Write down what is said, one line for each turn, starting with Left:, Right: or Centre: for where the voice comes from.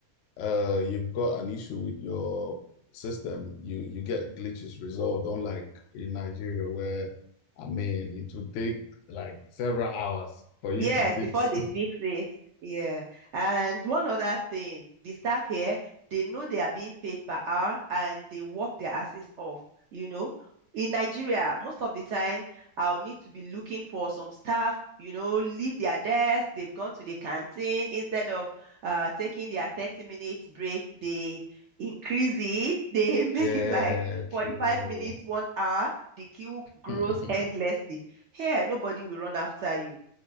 Left: uh you've got an issue with your system you you get glitches resolved unlike in Nigeria where I mean it would take like several hours for you
Right: Yes,
Left: to fix
Right: before they fix it. Yeah. And one other thing, the staff here, they know they are being paid per hour and they work their asses off, you know. In Nigeria, most of the time, I'll need to be looking for some staff, you know, leave their desk, they've gone to the canteen. Instead of uh taking their 30 minutes break, they increase it. They <laughs> make
Left: <laughs> yeah
Right: it like
Left: true
Right: 45 minutes, one hour. The queue grows
Left: <laughs>
Right: endlessly. Here, nobody will run after you.